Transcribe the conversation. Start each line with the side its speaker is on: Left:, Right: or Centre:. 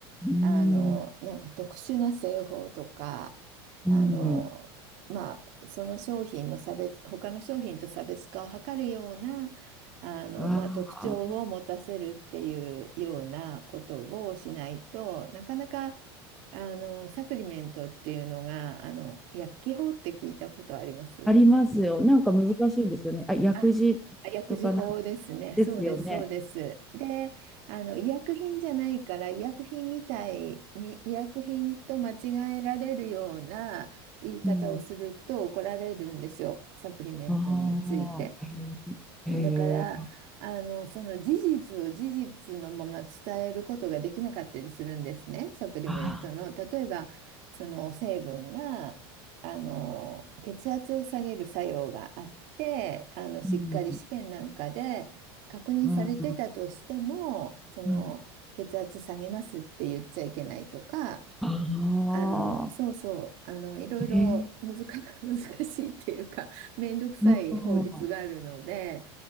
Centre: うん、
Right: あの、なんか特殊な製法とか、
Centre: うん、
Right: あの、まあ、その商品の差別、他の商品と差別化を図るような、あの、
Centre: ああ、
Right: まあ、特徴を持たせるっていうようなことをしないとなかなかあの、サプリメントっていうのが、あの、薬機法って聞いたことあります
Centre: ありますよ。なんか難しいんですよね。あ、薬事とかなん
Right: あ、薬事法ですね。
Centre: ですよね。
Right: そうです、そうです。で、あの、医薬品じゃないから、医薬品みたいに、医薬品と間違えられるような言い方をすると怒られるんですよ、
Centre: うん、
Right: サプリメントについて。
Centre: ああ、へえ、へえ、
Right: だから、あの、その事実を事実のまま伝えることができなかったりするんですね、サプリメントの。
Centre: ああ、
Right: 例えば、その成分が、あの、血圧を下げる作用があって、あの、しっかり試験なんかで確認されてたとしても、
Centre: うん、うん、
Right: その、
Centre: うん、
Right: 血圧下げますって言っちゃいけないとか、
Centre: ああ、
Right: あの、そうそう、あの、いろいろ
Centre: へえ、
Right: <laughs> 難か、<laughs> 難しいっていうか、めんどくさい法律があるので、
Centre: ああ、あ